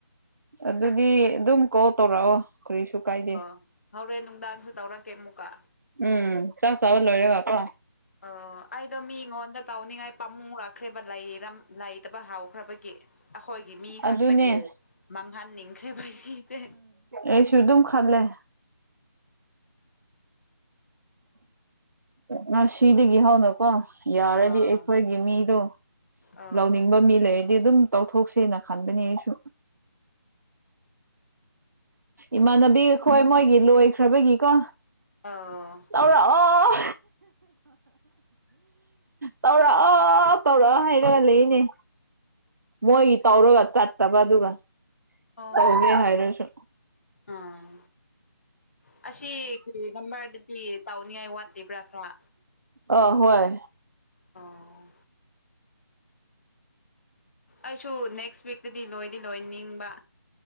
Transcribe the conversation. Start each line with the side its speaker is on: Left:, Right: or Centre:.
Right: ꯑꯗꯨꯗꯤ ꯑꯗꯨꯝ ꯀꯣꯜ ꯇꯧꯔꯛꯑꯣ ꯀꯔꯤꯁꯨ ꯀꯥꯏ
Left: ꯑꯣ ꯍꯧꯔꯦꯟ ꯅꯨꯡꯗꯥꯡꯁꯨ ꯇꯧꯔꯛꯀꯦ ꯑꯃꯨꯛꯀ
Right: ꯎꯝ ꯆꯥꯛ ꯆꯥꯕ ꯂꯣꯏꯔꯒ ꯀꯣ
Left: ꯑꯣ ꯑꯩꯗꯣ ꯃꯤꯉꯣꯟꯗ ꯇꯧꯅꯤꯡꯉꯥꯏ ꯄꯥꯝꯃꯨꯔꯛꯈ꯭ꯔꯦꯕ ꯂꯩꯇꯕ ꯍꯥꯎꯈ꯭ꯔꯕꯒꯤ ꯑꯩꯈꯣꯏꯒꯤ ꯃꯤ ꯈꯛꯇꯒꯤ
Right: ꯑꯗꯨꯅꯦ
Left: ꯃꯥꯡꯍꯟꯅꯤꯡꯈ꯭ꯔꯦꯕ ꯁꯤꯁꯦ
Right: ꯑꯦ ꯁꯨꯗꯝ ꯈꯜꯦ ꯃꯥ ꯁꯤꯗꯤꯒꯤ ꯍꯥꯎ ꯅ ꯀꯣ ꯌꯥꯔꯗꯤ
Left: ꯑꯥ
Right: ꯑꯩꯈꯣꯏꯒꯤ ꯃꯤꯗꯣ
Left: ꯑꯥ
Right: ꯂꯧꯅꯤꯡꯕ ꯃꯤ ꯂꯩꯔ ꯗꯤ ꯑꯗꯨꯝ ꯇꯧꯊꯣꯛꯁꯦꯅ ꯈꯟꯕꯅꯦ ꯑꯩꯁꯨ ꯏꯃꯥꯟꯅꯕꯤ ꯑꯩꯈꯣꯏ ꯃꯣꯏꯒꯤ ꯂꯣꯏꯈ꯭ꯔꯕꯒꯤꯀꯣ
Left: ꯑꯥ
Right: ꯇꯧꯔ ꯑꯣ ꯇꯧꯔꯛꯑ ꯇꯧꯔꯛꯑ ꯍꯥꯏꯔꯒ ꯂꯩꯅꯦ ꯃꯣꯏꯒꯤ ꯇꯧꯔꯒ ꯆꯠꯇꯕ ꯑꯗꯨꯒ
Left: ꯑꯣ
Right: ꯇꯧꯒꯦ ꯍꯥꯏꯔꯁꯨ
Left: ꯑꯝ ꯑꯁꯤꯁꯤ ꯂꯝꯝꯕ ꯍꯥꯏꯗꯤ ꯇꯥꯎꯅꯤꯡꯉꯥꯏ ꯋꯥꯠꯂꯤꯕ꯭ꯔꯥ ꯈ꯭ꯔꯥ
Right: ꯑ ꯍꯣꯏ
Left: ꯑꯣ ꯑꯩꯁꯨ ꯅꯦꯛꯁ ꯋꯤꯛꯇꯗꯤ ꯂꯣꯏꯗꯤ ꯂꯣꯏ ꯅꯤꯡꯕ